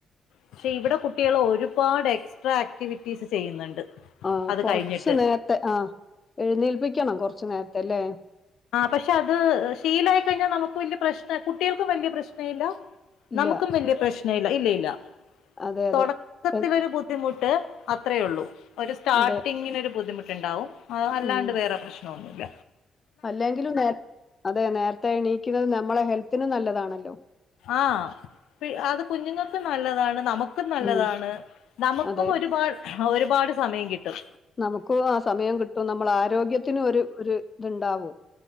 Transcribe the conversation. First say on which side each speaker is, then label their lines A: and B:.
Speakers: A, on the left; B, on the left.
A: പക്ഷെ ഇവിടെ കുട്ടികള് ഒരുപാട് എക്സ്ട്രാ ആക്ടിവിറ്റീസ് ചെയ്യുന്നുണ്ട്.
B: ആഹ്
A: അത്
B: കൊറച്ച്
A: കഴിഞ്ഞിട്ട്
B: നേരത്തെ ആഹ് എഴുന്നേൽപ്പിക്കണം കൊറച്ചു നേരത്തെ അല്ലേ?
A: ആ പക്ഷെ അത് ശീലായിക്കഴിഞ്ഞാൽ നമുക്ക് വല്യ പ്രശ്നം കുട്ടികൾക്കും വലിയ പ്രശ്ന ഇല്ല.
B: ഇല്ല
A: നമുക്കും വല്യ പ്രശ്നം ഇല്ല ഇല്ല ഇല്ല.
B: അതെ അതെ
A: തുടക്കത്തിലൊരു
B: എ
A: ബുദ്ധിമുട്ട് അത്രയേ ഉള്ളൂ ഒരു സ്റ്റാർട്ടിങ്ങിനൊരു
B: അതെ
A: ബുദ്ധിമുട്ടുണ്ടാവും. ആ അല്ലാണ്ട്
B: ഉം
A: വേറെ പ്രശ്നന്നുല്ല.
B: അല്ലെങ്കിലും നേ അതെ നേരത്തെ എണീക്കുന്നത് നമ്മളെ ഹെൽത്തിനും നല്ലതാണല്ലോ?
A: ആഹ് അത് കുഞ്ഞുങ്ങൾക്കും നല്ലതാണ് നമുക്ക് മുക്കും നല്ലതാണ്
B: ഉം
A: നമുക്കും
B: അതെ
A: ഒരുപാട് ഒരുപാട് സമയം കിട്ടും.
B: നമുക്കും ആ സമയം കിട്ടും നമ്മളെ ആരോഗ്യത്തിനും ഒരു ഒരു ഇത്ണ്ടാവും.